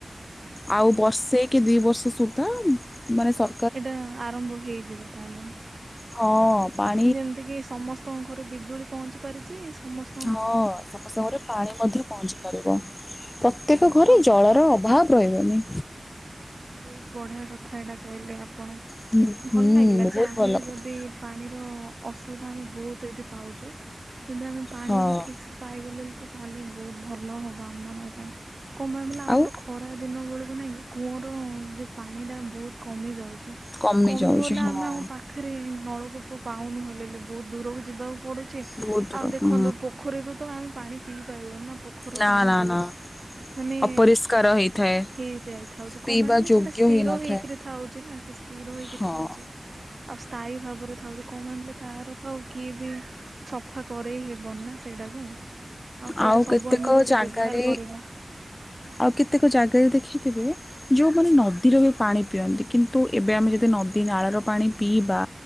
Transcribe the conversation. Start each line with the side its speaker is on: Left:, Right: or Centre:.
Left: ଆଉ ବର୍ଷେ କି ଦି ବର୍ଷ ସୁଦ୍ଧା ମାନେ ସ
Right: ଏଇଟା ଆରମ୍ଭ ହେଇଯିବ ତାହେଲେ।
Left: ହଁ ପା
Right: ଯେମିତି କି ସମସ୍ତଙ୍କ ଘରେ ବିଜୁଳି ପହଞ୍ଚି ପାରିଛି ସମସ୍ତ।
Left: ହଁ ସମସ୍ତଙ୍କରେ ପାଣି ମଧ୍ୟ ପହଞ୍ଚି ପାରିବ ପ୍ରତ୍ୟେକ ଘରେ
Right: ସରି
Left: ଜଳର ଅଭାବ। ରହିବନିଁ।
Right: ବହୁତ ବଢିଆ କଥା ଏଇଟା କହିଲେ ଆପଣ
Left: ହୁଁ ହୁଁ
Right: ଭଲ ଲାଗିଲା
Left: ବହୁତ
Right: ଯେ ଆମେ
Left: ଭଲ କଥା।
Right: ଯଦି। ପାଣିର ଅ ଅସୁବିଧା ଆମେ ବହୁତ ଏଇଠି ପାଉଛୁ ଯଦି ଆମେ ପାଣି
Left: ହଁ
Right: ବି ଠିକ ସେ। ପାଇଗଲେଣି ତ ତାହେଲେ ବହୁତ ଭଲ ହବ ଆମ ମାନଙ୍କ ପାଇଁ କମେଇଲେ ଆମର
Left: ଆଉ
Right: ଖ ଖରା ଦିନ ବେଳକୁ ନାଇଁକି କୂଅର ଯେ ପାଣିଟା ବହୁତ କମିଯାଉଛି।
Left: କମି
Right: କମିଗଲେ
Left: ଯାଉଛି ହଁ
Right: ଆମେ ଆମ ପାଖରେ ନଳକୂପ ପାଉନୁ ହେଲେ ହେ ବହୁତ ଦୂରକୁ ଯିବାକୁ ପଡୁଚି
Left: ବହୁତ ଦୂର
Right: ଆଉ ଦେଖନ୍ତୁ
Left: ହୁଁ
Right: ପୋଖରୀରୁ ତ ଆମେ ପାଣି ପିଇ ପାରିବ ନା ପୋଖରୁ
Left: ନା
Right: ପାଣି
Left: ନା
Right: ବହୁତ
Left: ନା
Right: ମାନେ
Left: ଅପରିଷ୍କାର ହେଇଥାଏ।
Right: ଇଏ ହେଇଥାଏ। ଥାଉଛି
Left: ପିଇବା
Right: କ ପାଇଁ ବୋଲି
Left: ଯୋଗ୍ୟ
Right: ସେଟା ସ୍ଥିର
Left: ହେଇନଥାଏ।
Right: ହେଇକିରି ଥାଉଛି ନା ସେ ସ୍ଥିର ହେଇକି
Left: ହଁ
Right: ଥାଉଛି। ଆଉ ସ୍ଥାୟୀ ଭାବରେ ଥାଉଛି କଣ ପାଇଁ ବଲେ ତାର ତ ଆଉ କିଏ ବି ସଫା କରେଇ ହେବନି ନା ସେଇଟାକୁ ଆଉ ସେଇଠି
Left: ଆଉ
Right: ସବୁ
Left: କେତେକ
Right: ଆମେ ଯଦି
Left: ଜାଗାରେ
Right: ବ୍ୟବହାର କରିବା
Left: ଆଉ କେତେକ ଜାଗାରେ ଦେଖିଥିବେ ଯେଉଁମାନେ ନଦୀର ବି ପାଣି ପିଅନ୍ତି କିନ୍ତୁ ଏବେ ଆମେ ଯଦି ନଦୀ ନାଳର ପାଣି ପିଇବା